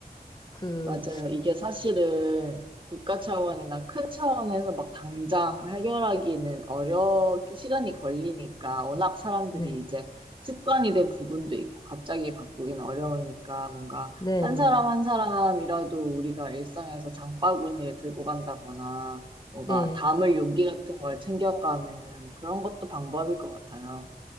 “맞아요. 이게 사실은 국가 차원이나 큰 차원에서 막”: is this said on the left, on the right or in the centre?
Right